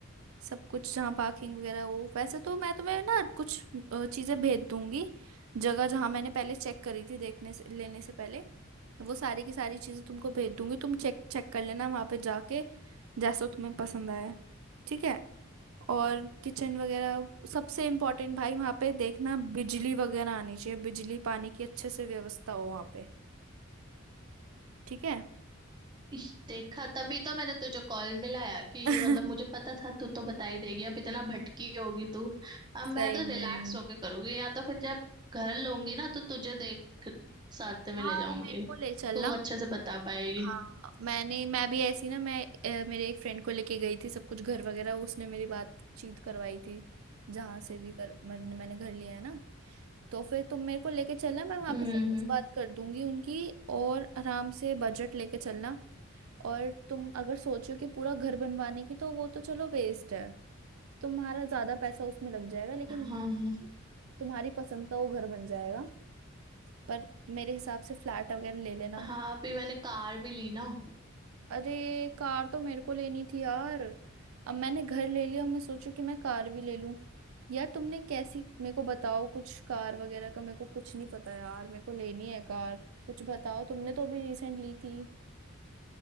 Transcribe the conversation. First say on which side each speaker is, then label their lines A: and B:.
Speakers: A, on the right; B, on the right.
A: सब कुछ जहाँ पार्किंग वगैरह हो वैसे तो मैं तुम्हें ना कुछ अ, चीजें भेज दूंगी जगह जहाँ मैंने पहले चेक करी थी देखने से लेने से पहले वो सारी की सारी चीजें तुमको भेज दूंगी तुम चेक चेक कर लेना वहां पे जाके जैसा तुम्हें पसंद आए ठीक है और किचन वगैरह सबसे इम्पोर्टेंट भाई वहां पे देखना बिजली वगैरह आनी चाहिए बिजली पानी की अच्छे से व्यवस्था हो वहां पे ठीक है
B: इस देखा तभी तो मैंने तुझे कॉल मिलाया कि
A: <laughs>
B: मतलब मुझे पता था तू तो बता ही देगी अब इतना भटकी होगी तू अब मैं
A: सही
B: तो रिलैक्स
A: में
B: होके करूंगी या तो फिर जब घर लूंगी ना तो तुझे देख साथ में
A: हाँ
B: ले जाऊंगी
A: मेरे को ले चलना
B: तू अच्छे से बता पाएगी
A: हाँ मैंने मैं भी ऐसी ना मैं अ, मेरे एक फ्रेंड को लेके गई थी सब कुछ घर वगैरह उसने मेरी बातचीत करवाई थी जहाँ से भी कर मैंने मैंने घर लिया है ना तो फिर तुम मेरे को लेके चलना मैं वहाँ
B: हम्म
A: पे सब कुछ
B: हम्म
A: बात कर दूंगी उनकी और आराम से बजट लेके चलना और तुम अगर सोचो कि पूरा घर बनवाने की तो वो तो चलो वेस्ट है तुम्हारा ज्यादा पैसा उसमें लग जाएगा लेकिन
B: हाँ
A: तुम्हारी पसंद का वो घर बन जाएगा पर मेरे हिसाब से फ्लैट वगैरह ले लेना
B: हाँ अभी मैंने कार भी ली ना
A: अरे कार तो मेरे को लेनी थी यार अब मैंने घर ले लिया मैं सोचू कि मैं कार भी ले लूं यार तुमने कैसी मेरे को बताओ कुछ कार वगैरह का मेरे को कुछ नहीं पता यार मेरे को लेनी है कार कुछ बताओ तुमने तो अभी रिसेंट ली थी